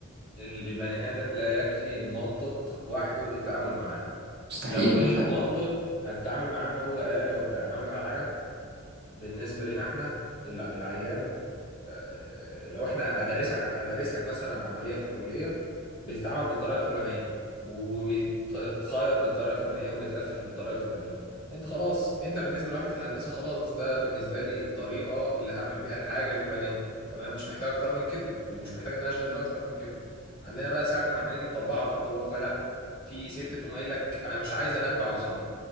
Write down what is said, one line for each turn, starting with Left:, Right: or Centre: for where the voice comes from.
Left: ال- البني آدم لا يكفي المنطق وحده للتعامل معاه
Right: مستحيل
Left: لو بالمنطق
Right: ما ينفعش
Left: هتتعامل معاه ان هو آلة وبتاع انا اقول لك على حاجة بالنسبة لنا احنا الع- العيان آه، لو احنا هدرسك هدرس لك مثلا عملية في الكلية بتتعمل بالطريقة الفلانية وبتتخيط بالطريقة الفلانية وبتقفل بالطريقة الفلانية انت خلاص انت بالنسبة لواحد في الهندسة خلاص ده بالنسبة لي الطريقة اللي هعمل بيها الحاجة الفلانية تمام مش محتاج اكتر من كده ومش محتاج ان انا اشغل دماغي اكتر من كده عندنا بقى ساعة لما احنا نيجي نطبقها على ارض الواقع لا في ست تقوم قايل لك انا مش عايز انا اتبع على صدري